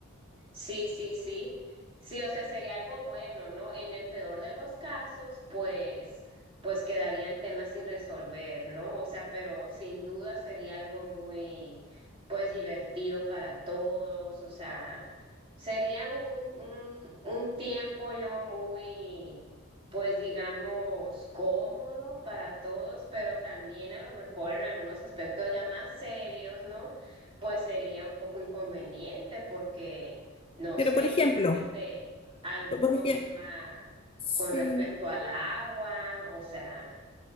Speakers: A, on the right; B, on the left.
A: Sí, sí, sí. Sí, o sea, sería algo bueno, ¿no? En el peor de los casos, pues, pues quedarían temas sin resolver, ¿no? O sea, pero sin duda sería algo muy, pues, divertido para todos. O sea, sería un, un, un tiempo yo muy, pues, digamos, cómodo para todos, pero también a lo mejor en algunos aspectos ya más serios, ¿no? Pues sería un poco inconveniente porque no
B: Pero
A: sé,
B: por ejemplo,
A: imagínate algún
B: por
A: problema
B: ejemplo, sí.
A: con respecto al agua, o sea,